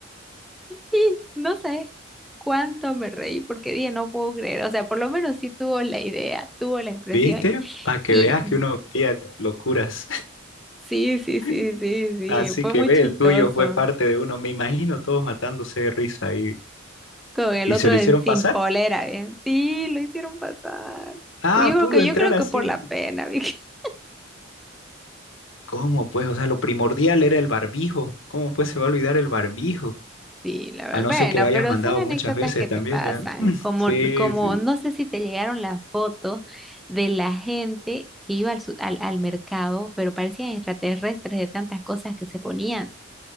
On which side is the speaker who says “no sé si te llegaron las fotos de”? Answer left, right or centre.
Centre